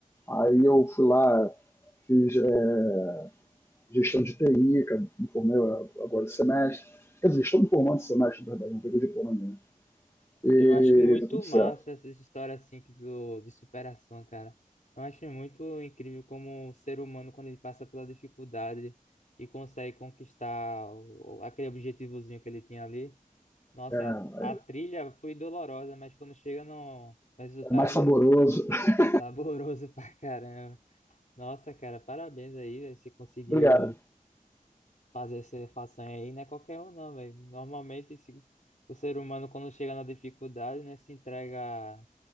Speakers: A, on the left; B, on the left.
A: Aí eu fui lá, fiz é, gestão de TI, que eu me formei agora esse semestre. Quer dizer, estou me formando esse semestre, na verdade, não peguei diploma ainda. Né? E
B: Eu acho muito
A: tá tudo certo.
B: massa essas histórias, assim, que tu... de superação, cara. Eu acho muito incrível como o ser humano, quando ele passa pela dificuldade e consegue conquistar o- aquele objetivozinho que ele tinha ali. Nossa,
A: É,
B: a a trilha foi dolorosa, mas quando chega no no resultado...
A: é mais saboroso. <laughs>
B: É saboroso <laughs> pra caramba. Nossa, cara, parabéns aí, velho. Você conseguiu
A: Obrigado,
B: fazer essa façanha aí. Não é qualquer um, não, velho. Normalmente, se- o ser humano, quando chega na dificuldade, né, se entrega